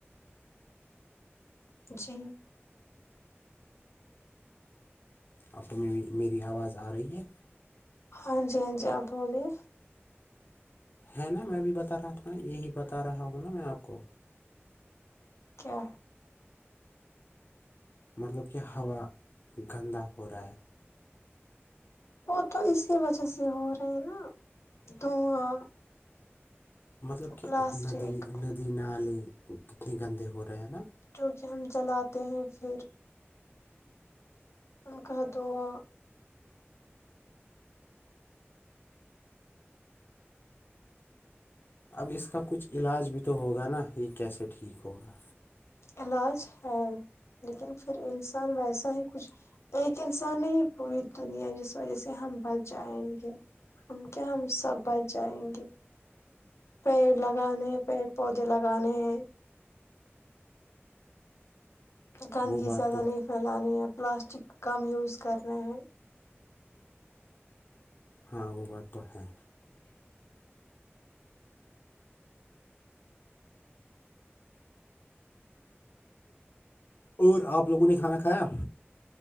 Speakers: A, on the left; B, on the left.
A: جی
B: آپ کو میری میری آواز آ رہی ہے
A: ہاں جی ہاں جی آپ بولیے
B: ہے نا میں بھی بتا رہا تھا ناں یہی بتا رہا ہوں ناں میں آپ کو
A: کیا
B: مطلب کہ ہوا گندا ہو رہا ہے
A: وہ تو اسی وجہ سے ہو رہے ہیں نا دھواں
B: مطلب کہ
A: پلاسٹک
B: ندی ندی نالے کتنے گندے ہو رہے ہیں ناں
A: جو کہ ہم جلاتے ہیں پھر ان کا دھواں
B: اب اس کا کچھ علاج بھی تو ہوگا ناں یہ کیسے ٹھیک ہوگا
A: علاج ہے لیکن پھر انسان ویسا ہی کچھ بلکہ انسان نے ہی پوری دنیا جس وجہ سے ہم بچ جائیں گے ہم کیا ہم سب بچ جائیں گے پیڑ لگانے ہیں پیڑ پودے لگانے ہیں گندگی
B: وہ بات
A: زیادہ
B: تو
A: نہیں پھیلانی ہے پلاسٹک کم یوز کرنا ہے
B: ہاں وہ بات تو ہے اور آپ لوگوں نے کھانا کھایا